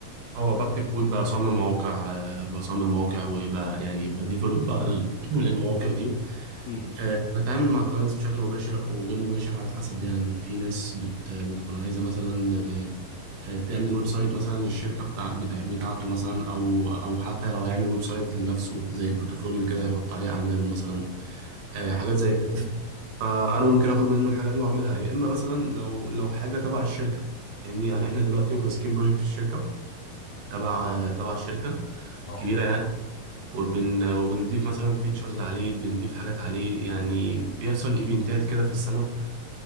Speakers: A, on the right; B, on the left.
A: اه بكتب كود بصمم مواقع آه، بصمم مواقع وبقى يعني بديفلوب بقى ال- <clears throat> المواقع دي
B: امم
A: آه، بتعامل مع كلاينتس بشكل مباشر او غير مباشر على حسب يعني في ناس بت بتكون عايزه مثلا آه، آه، تعمل ويب سايت مثلا للشركه بتاع بتاع بتاعته مثلا او او حتى لو هيعمل ويب سايت لنفسه زي بروتوفوليو كده يحط عليه اعماله مثلا آه،
B: اه
A: حاجات زي كده فانا ممكن اخد منه الحاجه دي واعملها يا اما مثلا لو لو حاجه تبع الشركه يعني يعني احنا دلوقتي ماسكين بروجكت في الشركه تبع تبع الشركه
B: اه
A: كبيره يعني وبن وبنضيف مثلا فيتشرز عليه بنضيف حاجات عليه يعني بيحصل ايفنتات كده في السنة